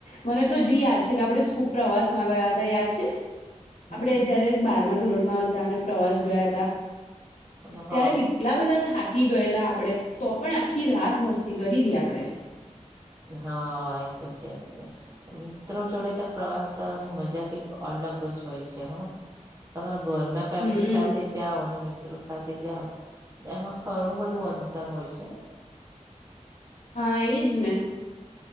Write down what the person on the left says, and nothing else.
મને તો હજી યાદ છે કે આપડે <unintelligible> પ્રવાસ માં ગયા હતા યાદ છે? આપણે
જયારે બારમાં ધોરણમાં હતા અને પ્રવાસ ગયા હતા.
ત્યારે કેટલા બધા થાકી ગયેલા આપણેે તો પણ આખી રાત મસ્તી કરી હતી આપડે.
હમ
હા એજ ને